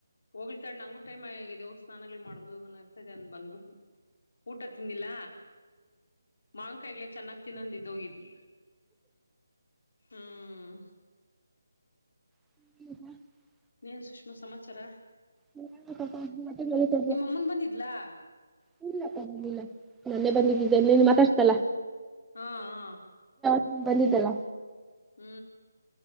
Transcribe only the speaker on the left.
ಹೋಗಿಲ್ತಾ ನಂಗೂ ಟೈಮ್ ಆಗಿದು ಸ್ನಾನಗಳ್ ಮಾಡಬ ಹೋಗನ ಇರ್ತದೆ ಅ ಬಂದ್ಬಿಟ್ ಊಟ ತಿಂದಿಲ್ಲ ಮಾವ್ಕಾಯಿಗ್ಲೆ ಚೆನ್ನಾಗ್ ತ್ತನ್ನೊಂದಿದ್ದ ಹೋಗಿದ್ದ್ ಹ್ಮ್
ನೀನ್ ಸುಷ್ಮಾ ಸಮಾಚಾರ
ನಿಮ್ಮಮ್ಮನ್ ಬಂದಿದ್ಲಾ
ಹಾ ಹಾ.
ಹ್ಮ್